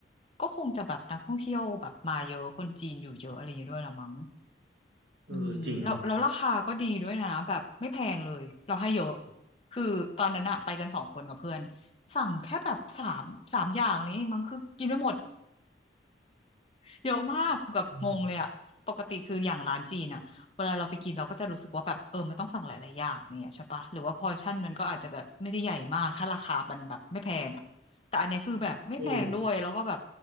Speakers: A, on the left; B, on the right.
A: ก็คงจะแบบนักท่องเที่ยวแบบมาเยอะคนจีนอยู่เยอะอะไรอย่างงี้ด้วยละมั้ง
B: เออจริง
A: อืมแล้วแล้วราคาก็ดีด้วยนะแบบไม่แพงเลยเราให้เยอะคือตอนนั้นอะไปกันสองคนกับเพื่อนสั่งแค่แบบสามสามอย่างอะไรเองมั้งคือกินไม่หมด เยอะมากแบบงงเลยอะปกติคืออย่างร้านจีนอะเวลาเราไปกินเราก็จะรู้สึกว่าแบบเออมันต้องสั่งหลายๆอย่างเนี่ยใช่ปะหรือว่าพอร์ชั่นมันก็อาจจะแบบไม่ได้ใหญ่มากถ้าราคามันแบบไม่แพงอะแต่อันเนี้ยคือแบบไม่แพงด้วยแล้วก็แบบ
B: เออ